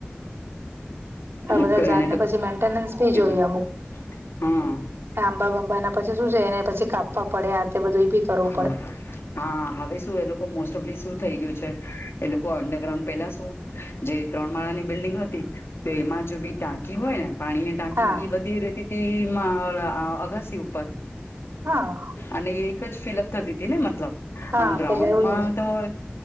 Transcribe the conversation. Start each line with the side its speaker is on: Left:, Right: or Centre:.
Left: બચા
Right: આ બધા ઝાડ
Left: એને
Right: ને
Left: તો
Right: પછી મેન્ટેનન્સ બી
Left: કીધું
Right: જોઈએ અમુક
Left: હા
Right: આંબા-બાંબા ના પછી શું છે એને પછી કાપવા પડે <unintelligible>
Left: હ હા હવે શું એ લોકો મોસ્ટ ઓફ શું થઈ ગયું છે એ લોકો અંડરગ્રાઉન્ડ પેલા શું જે ત્રણ માળાની બિલ્ડિંગ હતી તો એમાં જો બી ટાંકી હોય ને પાણી ને ટાંકી
Right: હા
Left: ઈ બધી રેતી હતી અગાસી ઉપર
Right: હા
Left: અને એક જ ફિલઅપ થતી હતી ને મતલબ
Right: હા
Left: આમ ગ્રાઉન્ડમાં
Right: પેલા એવું
Left: તો